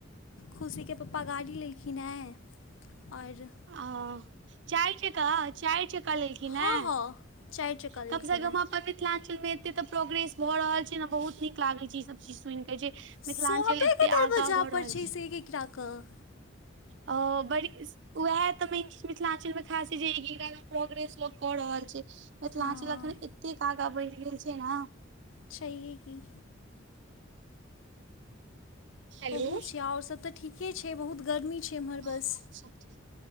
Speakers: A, on the left; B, on the right.
A: खुशीके पप्पा गाड़ी लेलखिन हैं और
B: ओ चाइर चक्का चारि चक्का लेलखिन
A: हँ
B: हैं
A: हँ चारि चक्का लेलखिन
B: कम सँ कम
A: हेँ
B: अपन मिथिलांचल मे एते प्रोग्रेस भ रहल छै ने बहुत नीक लागय छै ई सब चीज सुनि कऽ जे मिथिलांचल
A: सबेके
B: एते
A: दरवजा
B: आगाँ भऽ
A: पड़
B: रहल
A: छै से एक एक टा कय
B: ओ बड़ी स ओएह तऽ मेन ची मिथिलांचल में खास छै जे एक आध गो प्रोग्रेस लोक कऽ रहल छय मिथिलांचल
A: हँ
B: अखन एतेक आगा बढ़ि गेल छै न
A: चाए की
B: हेलो
A: बहुत छै आओर सब तऽ ठीके छै बहुत गर्मी छै एम्हर
B: हँ
A: बस
B: सब ठीक